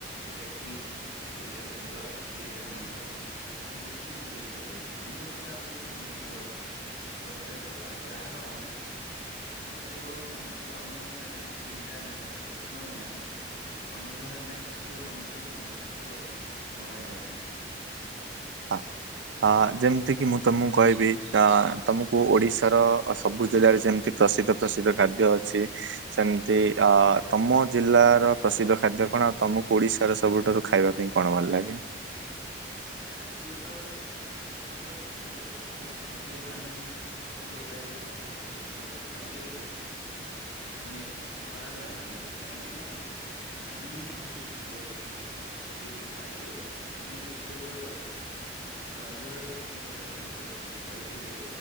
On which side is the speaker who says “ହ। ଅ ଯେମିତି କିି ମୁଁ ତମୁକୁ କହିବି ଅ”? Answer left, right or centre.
Right